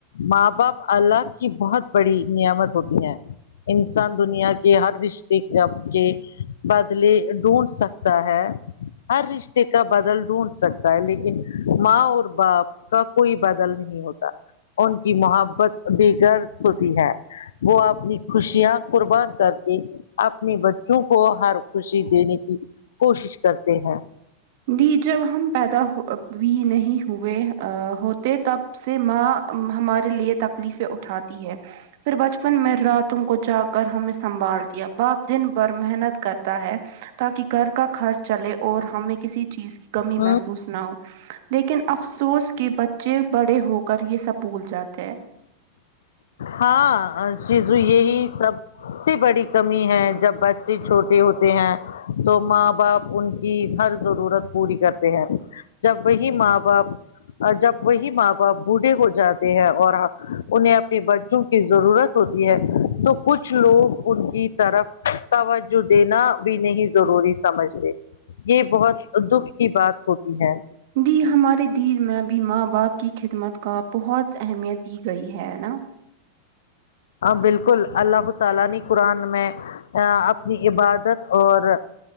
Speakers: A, on the left (about 60°); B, on the right (about 50°).
A: ماں باپ اللہ کی بہت بڑی نعمت ہوتی ہے انسان دنیا کے ہر رشتے ک ب کے بدلے ڈھونڈ سکتا ہے ہر رشتے کا بدل ڈھونڈ سک تا ہے لیکن ماں اور باپ کا کوئی بدل نہیں ہوتا ان کی محبت بے غرض ہوتی ہے وہ اپنی خوشیاں قربان کرتی اپنے بچوں کو ہر خوشی دینے کی کوشش کرتے ہیں
B: دی جب ہم پیدا ہو بھی نہیں ہوئے ا ہوتے تب سے ماں ام ہمار ے لیے تکلیفیں اٹھاتی ہے پھر بچپن میں راتوں کو جاگ کر ہمیں سنبھال تی باپ دن بھر محنت کرتا ہے تاکہ گھر کا خرچ چلے اور ہمیں کسی چیز کی کمی محسوس
A: ہ
B: نہ ہو لیکن افسوس کہ بچے بڑے ہو کر یہ سب بھول جاتے ہیں
A: ہاں شیزو یہی سب سے بڑی کمی ہے جب بچے چھوٹے ہوتے ہیں تو ماں باپ ان کی ہر ضرورت پوری کرتے ہیں جب وہی ماں باپ جب وہی ماں باپ بوڑھے ہو جاتے ہیں اور ہ انہیں بچوں کی ضرورت ہوتی ہے تو کچھ لوگ ان کی طرف توجہ دینا بھی نہیں ضروری سمجھتے یہ بہت دکھ کی بات ہوتی ہے
B: جی ہمارے دیر میں بھی ماں باپ کی خدمت کا بہت اہمیت دی گئی ہے نا
A: بالکل اللہ تعالی نے قرآن میں اپنی عبادت اور